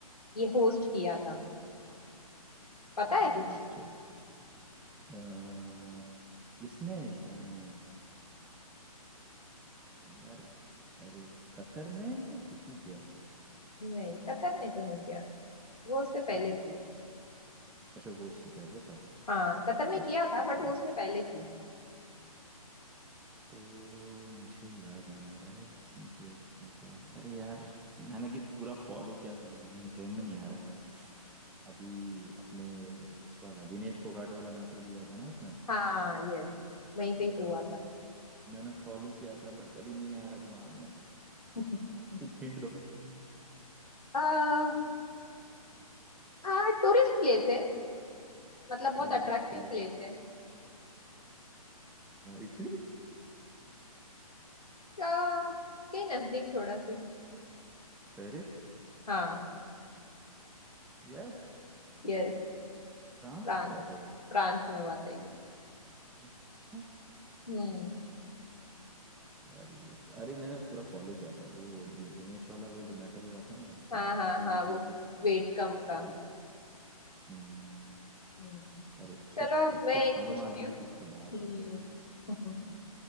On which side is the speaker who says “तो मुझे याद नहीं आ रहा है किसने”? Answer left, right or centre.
Centre